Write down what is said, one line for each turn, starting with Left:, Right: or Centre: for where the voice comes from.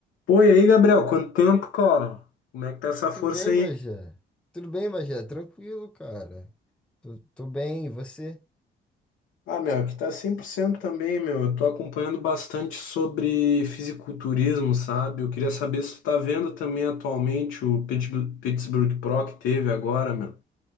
Left: Pô, e aí, Gabriel, quanto tempo, cara? Como é que tá essa força
Centre: Tudo bem,
Left: aí?
Centre: Bajé? Tudo bem, Bajé? Tranquilo, cara. Tô, tô bem, e você?
Left: Ah, meu, aqui tá 100% também, meu. Eu tô acompanhando bastante sobre fisiculturismo, sabe? Eu queria saber se tu tá vendo também atualmente o Pittsburgh Pittsburgh Pro que teve agora, meu.